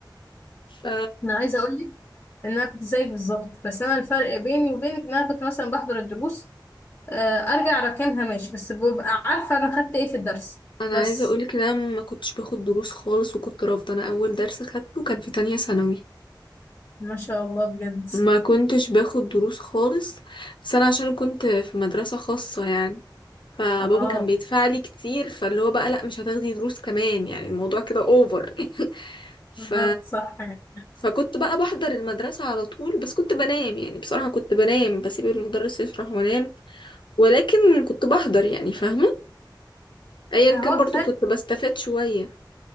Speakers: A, on the left; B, on the left.
A: ف
B: انا عايزه اقول لك ان انا كنت زيك بالظبط بس انا الفرق بيني وبينك ان انا كنت مثلا بحضر الدروس آه، ارجع راكنها ماشي بس ببقى عارفه انا خدت ايه في الدرس
A: انا
B: بس
A: عايزه اقولك ان انا ما كنتش باخد دروس خالص وكنت رافضه انا اول درس خدته كان في تانية ثانوي
B: ما شاء الله بجد
A: ما كنتش باخد دروس خالص بس انا عشان كنت في مدرسه خاصه يعني فبابا
B: اه
A: كان بيدفع لي كتير فاللي هو بقى لا مش هتاخدي دروس كمان يعني الموضوع كده اوفر <laughs> ف
B: بالظبط صح يعني.
A: فكنت بقى بحضر المدرسة على طول بس كنت بنام يعني بصراحة كنت بنام بسيب المدرس يشرح وانام ولكن كنت بحضر يعني فاهمة ايا
B: هو
A: كان برضو
B: كفايه
A: كنت بستفاد شوية